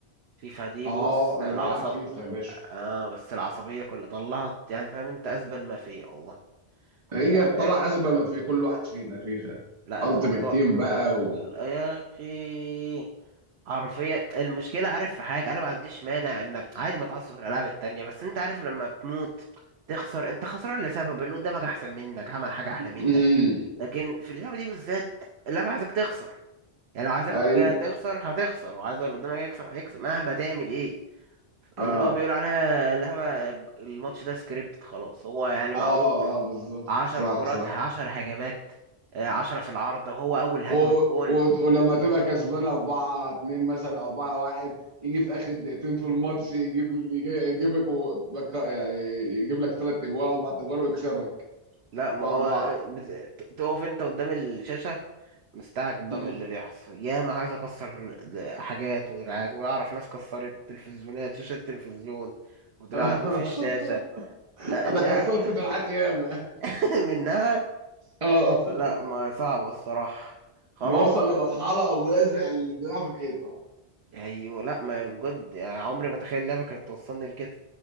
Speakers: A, on the right (about 85°); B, on the right (about 30°).
A: فيفا دي
B: اه
A: بص العصب
B: انا بلعب فيفا يا باشا
A: اه بس العصبية كلها طلعت يعني فاهم انت ازبل ما فيا والله
B: هي
A: يعني
B: طلع ازبل ما في كل واحد فينا فيفا
A: لا الموضوع
B: التيمت تيم بقى و
A: آه، يا اخي حرفيا المشكلة عارف في حاجة انا ما عنديش مانع انك عادي بتعصب في الالعاب التانية بس انت عارف لما بتموت تخسر انت خسران لسبب اللي قدامك احسن منك عمل حاجة احلى منك
B: امم
A: لكن في اللعبة دي بالذات اللعبة عايزك تخسر يعني لو عايزك
B: ايوه
A: تخسر هتخسر وعايز اللي قدامك يكسب هيكسب مهما تعمل ايه
B: اه
A: اللي هو بيقول عليها اللعبة الماتش ده سكريبتد خلاص هو يعني معروف
B: اه, آه بالظبط
A: عشر
B: صح
A: كرات
B: صح
A: عشر هجمات آه، عشرة في العارضة وهو أول هجمة
B: و...
A: بجون
B: و... ولما تبقى كسبان 4 2 مثلا او 4 1 يجي في اخر دقيقتين في الماتش يجيب يجي- يجيبك و... بك- يعني يجيب لك ثلاث اجوال اربع اجوال ويكسبك
A: لا ما
B: وأربعة
A: هو بت- تقف انت قدام الشاشة مستعجب بقى
B: مم.
A: من اللي بيحصل يا ما عايز اكسر حاجات ودراعات واعرف ناس كسرت تلفزيونات شاشة التلفزيون ودراع
B: <laughs>
A: رموه في الشاشة لا
B: أنا
A: لا
B: كسرت دراعات ياما
A: <laughs> منها
B: اه
A: لا ما صعب الصراحة خلاص
B: بوصل لمرحلة أو ملزق الدراع في الحيطة
A: ايوه لا ما بجد يعني عمري ما تخيل اللعبة كانت توصلني لكده